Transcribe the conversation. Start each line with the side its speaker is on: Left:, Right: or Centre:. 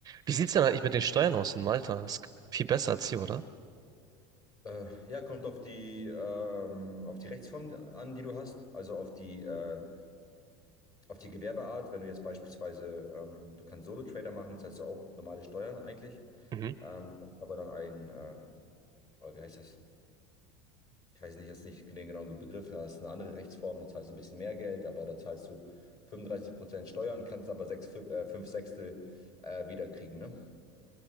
Right: Wie sieht's denn eigentlich mit den Steuern aus in Malta? Ist viel besser als hier, oder?
Left: Äh, ja, kommt auf die, ähm, auf die Rechtsform an, die du hast, also auf die, äh, auf die Gewerbeart. Wenn du jetzt beispielsweise, ähm, du kannst Solo-Trader machen, zahlst du auch normale Steuern eigentlich.
Right: Mhm.
Left: Ähm, du kannst aber dann einen, äh, oh, wie heißt das? Ich weiß nicht, jetzt ist nicht den genauen Begriff, da hast du eine andere Rechtsform, dann zahlst du ein bisschen mehr Geld, aber da zahlst du 35% Steuern, kannst aber sechs, fün- äh, fünf Sechstel äh, wiederkriegen, ne?